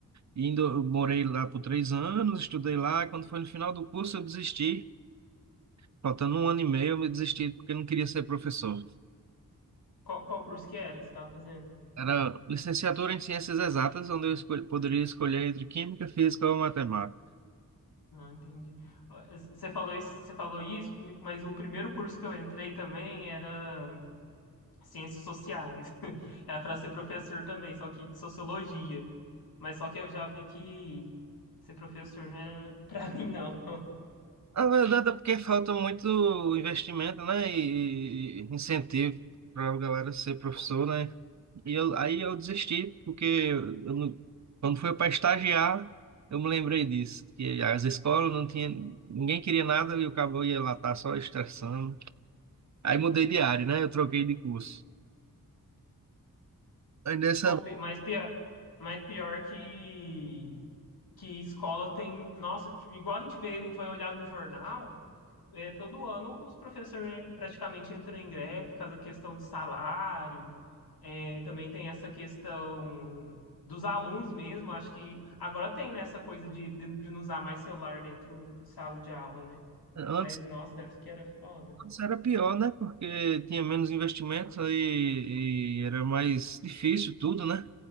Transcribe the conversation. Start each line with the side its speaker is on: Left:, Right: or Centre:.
Right: indo, eu morei lá por três anos, estudei lá. Quando foi no final do curso, eu desisti. Faltando um ano e meio, eu me desisti porque eu não queria ser professor.
Left: Qual, qual curso que era que você estava fazendo?
Right: Era licenciatura em Ciências Exatas, onde eu escol- poderia escolher entre Química, Física ou Matemática.
Left: Ah, entendi. Ah, Você falou isso, você falou isso, mas o primeiro curso que eu entrei também era Ciências Sociais. <laughs> Era para ser professor também, só que de Sociologia. Mas só que eu já vi que ser professor não era <laughs> pra mim, não.
Right: A verdade é porque falta muito investimento, né, e, e incentivo para a galera ser professor, né? E eu, aí eu desisti, porque eu não- quando foi para estagiar, eu me lembrei disso, que as escolas não tinha, ninguém queria nada e o cabo ia lá tá só estressando. Aí mudei de área, né? Eu troquei de curso. Aí nessa,
Left: Ou, pi- mas, pior, mas pior que, que escola tem. Nossa, t- igual a gente vê, a gente vai olhar no jornal, é, todo ano os professores praticamente entram em greve por causa da questão de salário. É, também tem essa questão dos alunos mesmo. Acho que agora tem nessa coisa de, de, de não usar mais celular dentro de sala de aula, né?
Right: antes
Left: Mas nossa, deve ser que era foda.
Right: Isso era pior, né? Porque tinha menos investimentos aí e era mais difícil tudo, né?